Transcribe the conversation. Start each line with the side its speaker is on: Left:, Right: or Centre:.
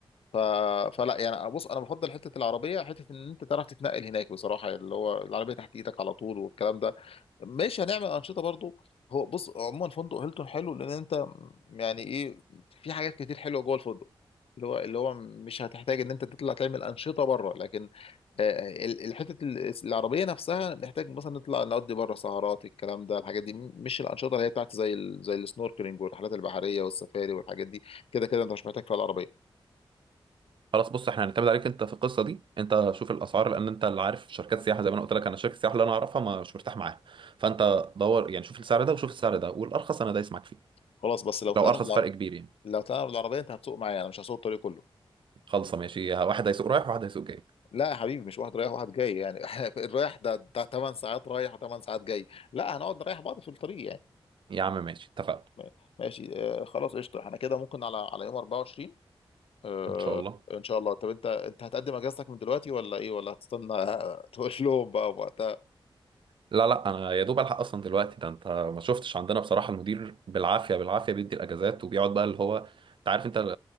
Left: ف... فلا يعني بص انا بفضل حته العربيه حته ان انت تعرف تتنقل هناك بصراحه يعني اللي هو العربيه تحت ايدك على طول والكلام ده ماشي هنعمل انشطه برضو هو بص عموما فندق هيلتون حلو لان انت م- يعني ايه في حاجات كتير حلوه جوه الفندق اللي هو اللي هو مش هتحتاج ان انت تطلع تعمل انشطه بره لكن آه، آه، ال- الحته ال- العربيه نفسها نحتاج مثلا نطلع نقضي بره سهرات الكلام ده الحاجات دي م- مش الانشطه اللي هي بتاعت زي ال... زي السنوركلينج والرحلات البحريه والسفاري والحاجات دي كده كده انت مش محتاج فيها العربيه
Right: خلاص بص احنا هنعتمد عليك انت في القصه دي انت شوف الاسعار لان انت اللي عارف شركات سياحه زي ما انا قلت لك انا شركه السياحه اللي انا اعرفها ما مش مرتاح معاها فانت دور يعني شوف السعر ده وشوف السعر ده والارخص انا دايس معاك فيه
Left: خلاص بس لو طلعنا
Right: لو ارخص
Left: بالع...
Right: فرق كبير يعني
Left: لو طلعنا بالعربيه انت هتسوق معايا انا مش هسوق الطريق كله
Right: خلصه ماشي واحد هيسوق رايح وواحد هيسوق جاي
Left: لا يا حبيبي مش واحد رايح واحد جاي يعني <laughs> الرايح ده ده 8 ساعات رايح و8 ساعات جاي لا هنقعد نريح بعض في الطريق يعني
Right: يا عم ماشي اتفقنا
Left: م- ماشي آه خلاص قشطه احنا كده ممكن على على يوم 24 آه
Right: ان شاء الله
Left: ان شاء الله طب انت انت هتقدم اجازتك من دلوقتي ولا ايه ولا هتستنى <laughs> آه، تقول لهم بقى وقتها
Right: لا لا انا يا دوب الحق اصلا دلوقتي ده انت ما شفتش عندنا بصراحه المدير بالعافيه بالعافيه بيدي الاجازات وبيقعد بقى اللي هو انت عارف انت ال-